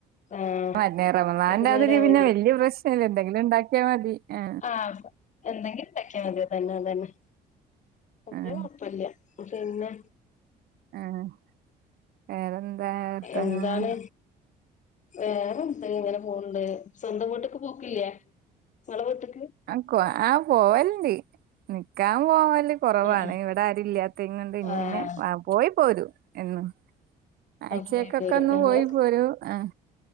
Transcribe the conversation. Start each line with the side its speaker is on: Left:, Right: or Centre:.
Left: ആഹ്
Right: <unintelligible> റമളാനറ്റാതില്
Left: വൈകുന്നേരം ആവും
Right: പിന്നെ
Left: ഇനി
Right: വല്യ പ്രശ്നം ഇല്ല എന്തെങ്കിലും ഉണ്ടാക്കിയാ മതി ആ
Left: ആഹ് എന്തെങ്കിലും ഉണ്ടാക്കിയാൽ മതി അതന്നെ അതന്നെ
Right: ആഹ്
Left: വല്യ കുഴപ്പില്ല പിന്നെ.
Right: ആഹ് വേറെന്താ? വർത്താനം
Left: എന്താണ് വേറെന്ത ഇങ്ങനെ പോണ്ട്. സ്വന്തം വീട്ക്ക് പോക്കില്ലേ? ഇങ്ങള വീട്ക്ക്.
Right: ആഹ് ആഹ് പോവല്ണ്ട് നിക്കാൻ പോവല്. കുറവാണ്
Left: ആഹ്
Right: ഇവിടെ ആരുല്ലാത്തെയ്ൻ കൊണ്ട് ഇനി
Left: ആഹ്
Right: പിന്നെ പോയി പോരും എന്നും.
Left: ആഹ്
Right: ആയ്ച്ചേക്കൊക്കെന്ന്
Left: പോയി പോരും ഞങ്ങള്
Right: പോയി പോരും ആ